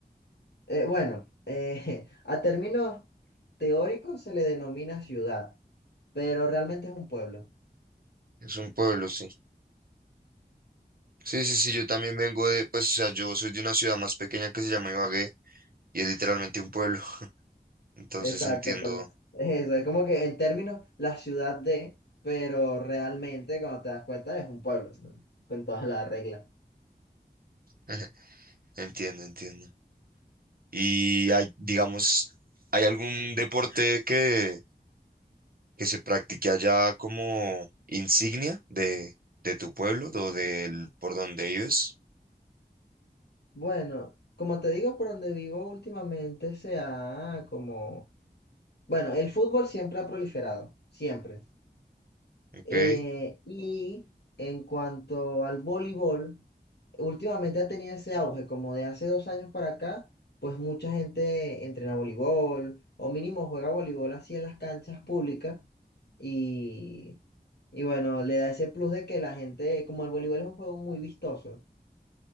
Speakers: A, on the left (about 80°); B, on the right (about 60°).
A: Eh, bueno, eh, <laughs> a términos teóricos se le denomina ciudad, pero realmente es un pueblo.
B: Es un pueblo, sí. Sí, sí, sí, yo también vengo de, pues, o sea, yo soy de una ciudad más pequeña que se llama Ibagué y es literalmente un pueblo. Entonces
A: Exacto,
B: entiendo,
A: pero es eso, es como que en términos la ciudad de, pero realmente cuando te das cuenta es un pueblo, ¿no? Con todas las reglas.
B: <laughs> entiendo, entiendo. Y hay, digamos, ¿hay algún deporte que, que se practique allá como insignia de, de tu pueblo o del por donde vives?
A: Bueno, como te digo, por donde vivo últimamente se ha como, bueno, el fútbol siempre ha proliferado, siempre.
B: Ok.
A: Eh, y en cuanto al voleibol, últimamente ha tenido ese auge, como de hace dos años para acá, pues mucha gente entrena voleibol o mínimo juega voleibol así en las canchas públicas y, y bueno, le da ese plus de que la gente, como el voleibol es un juego muy vistoso,